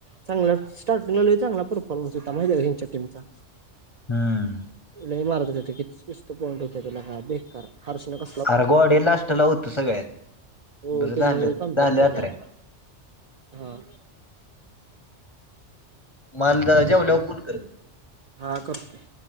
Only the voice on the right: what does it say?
चांगला स्टार्टिंगला लई चांगला परफॉर्मन्स होता माहितेका हेंच्या टीमचा
लई मारत होते ते किसतं पॉईंट होतं ना हाल बेकार. हर्षण का?
हो
त्यांनी
कमबॅक केला
ना हा
हा करतो